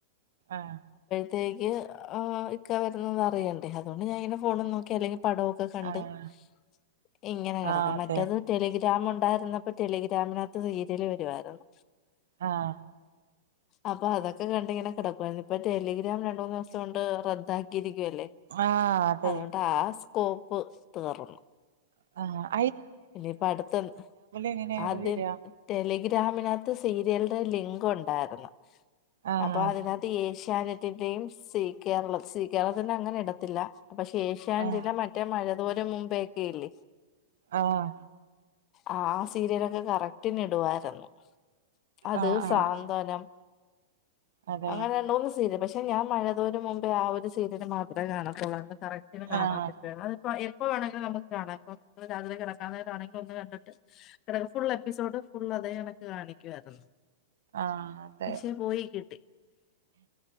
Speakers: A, on the right; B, on the left.
A: ആഹ
B: അപ്പഴത്തെക്ക് ഇക്ക വരുന്നതറിയണ്ടേ അതുകൊണ്ട് ഞാൻ ഇങ്ങനെ ഫോണ നോക്കി അല്ലെങ്ക പടൊക്കെ കണ്ട്ഇങ്ങനെ
A: ആഹ്
B: കിടക്ക
A: ആഹ് അതെ
B: മറ്റതടെലി ഗ്രാമ ഉണ്ടായിരുന്നപ്പോ ടെലിഗ്രാമിനകത്ത് സീരിയല് വരുവായിരുന്നു
A: ആഹ
B: അപ്പൊ അതൊക്കെ കണ്ടിങ്ങെ കിടക്കുവായിരുന്നു ഇപ്പൊ ടെലിഗ്രാം രണ്ട മൂന്ന് ദിവസം കൊണ്ട് റദ്ദാക്കിയിരിക്കും ഇല്ലേ
A: ആഹ് അതെ
B: അതുകൊണ്ട് ആ സൊപ്പ് തീർന്നു
A: ആ
B: പിന്ന പഠിത്തം
A: എങ്ങനെയാണ്
B: അത്
A: വരാ
B: ടെലിഗ്രാമിനകത്ത് സീരിയലന്റെ ലിങ്ക് ഉണ്ടായിരുന്നു
A: ആഹ്
B: അപ്പോഅതിനകത്ത് യേശു - ചാനറ്റിന്റെയും ശ്രീ കേരള ശ്രീകേരളത്തിന്റെ അങ്ങനെ ഇടത്തില്ല അപ്പോ ശേഷ്ന്റലെ
A: ആഹ്
B: മറ്റെമഴ ദോരം മുമ്പേക്കെ ഇല്ലേ
A: ആഹ്
B: ആ ആ സീരയലോക്കെ കറക് പിന്നെ ഇടുവായിരുന്നു അത്
A: ആഹ്
B: സാന്ത്വനം
A: ആഹ് ആഹ് അതെ
B: അങ്ങനെ രണ്ട് മൂന്ന്സീരിയല് പക്ഷെ ഞാൻ മഴതോരും മുമ് അപ്പ ആ ഒരു സീരിയൽ മാത്രമേ കാണത്തൊള്ളാരുന്നു കറക്ടിന് കാണാൻ
A: ആഹ്
B: പറ്റ്വാര്ന്ന് അതെപ്പോ എപ്പോ ആണ് നമ്മുക്ക് കാണാം <unintelligible> രാവിലെ കിടക്കു <unintelligible> ഒന്ന് കണ്ടിട്ട് ഫുൾ എപ്പിസോഡ് ഫുൾ അതേ കണക്ക് കാണിക്കുവായിരുന്നു
A: ആഹ് അതെ
B: പക്ഷെ പോയി കിട്ടി